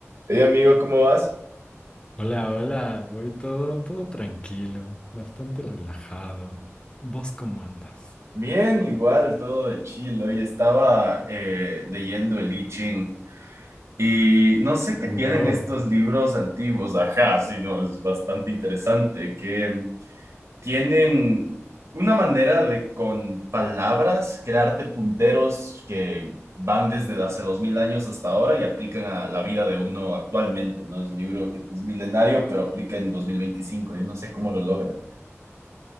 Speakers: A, on the right; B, on the left.
A: Hey amigo, ¿cómo vas?
B: Hola, hola, voy todo, todo tranquilo, bastante relajado. ¿Vos cómo andas?
A: Bien, igual, todo de chill. Hoy estaba eh, leyendo el I Ching y no sé qué
B: Wow,
A: tienen estos libros antiguos, ajá, sino es bastante interesante, que tienen una manera de con palabras crearte punteros que van desde hace dos mil años hasta ahora y aplican a la vida de uno actualmente, ¿no? Es un libro que es milenario, pero aplica en dos mil veinticinco Yo no sé cómo lo logran.